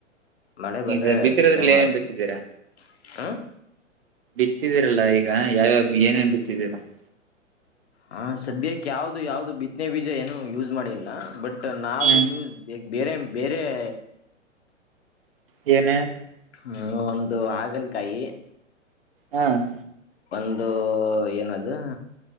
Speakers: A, on the left (about 55°); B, on the right (about 50°).
A: ಮಳೆ ಬಂದ್ರೆ
B: ಈಗ ಬಿತ್ತಿರೋದ್ರಲ್ಲಿ
A: ಬಿತ್ತನೆ ಮಾಡೋದು..
B: ಏನ್ ಬಿತ್ತಿದ್ದೀರಾ
A: ! ಹ್ಹಾ!
B: ಬೀರಿದರಲ್ಲ ಇವಾಗ ಏನ್? ಏನ್? ಬಿತ್ತಿದಿರಾ.. !
A: ಹ್ಹಾ! ಸದ್ಯಕ್ಕೆ ಯಾವ ಯಾವುಡು ಬಿತ್ತಿ ಬೀಜ ಏನ್ ಯೂಸ್ ಮಾಡಿಲ್ಲ. ಬಟ್ ಹ್! ನಾವೂ...
B: ಹ್ಮ್
A: ಬೇರೆ! ಬೇರೆ.... !
B: <inaudible>
A: ಹ್ಹಾ.... ! ಒಂದು ಆಗುತ್ತೆ..... ಹೇ.... !
B: ಹ್ಮ್ಮ್
A: ಬಂದು ಏನದು